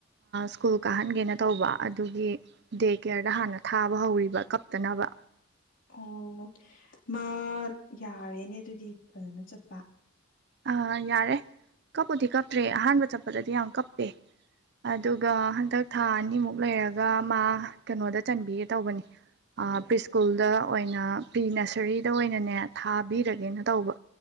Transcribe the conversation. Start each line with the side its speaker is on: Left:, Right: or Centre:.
Right: ꯁ꯭ꯀꯨꯜ ꯀꯥꯍꯟꯒꯦꯅ ꯇꯧꯕ ꯑꯗꯨꯒꯤ ꯗꯦ ꯀꯦꯌꯔꯗ ꯍꯥꯟꯅ ꯊꯥꯕ ꯍꯧꯔꯤꯕ ꯀꯞꯇꯥꯅꯕ
Left: ꯑꯣ ꯃꯥ ꯌꯥꯔꯦꯅꯦ ꯑꯗꯨꯗꯤ ꯐꯖꯅ ꯆꯠꯄ
Right: ꯑ ꯌꯥꯔꯦ ꯀꯞꯄꯨꯗꯤ ꯀꯞꯇ꯭ꯔꯦ ꯑꯍꯥꯟꯕ ꯆꯠꯄꯗꯗꯤ ꯌꯥꯝ ꯀꯞꯄꯦ ꯑꯗꯨꯒ ꯍꯟꯗꯛ ꯊꯥ ꯑꯅꯤꯃꯨꯛ ꯂꯩꯔꯒ ꯃꯥ ꯀꯩꯅꯣꯗ ꯆꯟꯕꯤꯒꯦ ꯇꯧꯕꯅꯤ ꯄ꯭ꯔꯤ ꯁ꯭ꯀꯨꯜꯗ ꯑꯣꯏꯅ ꯄ꯭ꯔꯤ ꯅꯁꯔꯤꯗ ꯑꯣꯏꯅꯅꯦ ꯊꯥꯕꯤꯔꯒꯦꯅ ꯇꯧꯕ